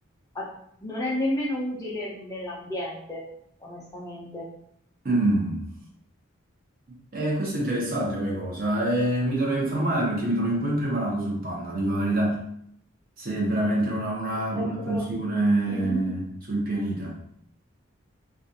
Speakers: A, on the left; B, on the right.
A: a- non è nemmeno utile nell'ambiente, onestamente.
B: mm. Eh, questo è interessante come cosa. eh, mi dovrei informare perché mi trovo un po' impreparato sul panda, dico la verità, se è veramente una, una-
A: Qualche
B: una
A: altro...
B: funzione
A: Mhm.
B: sul pianeta.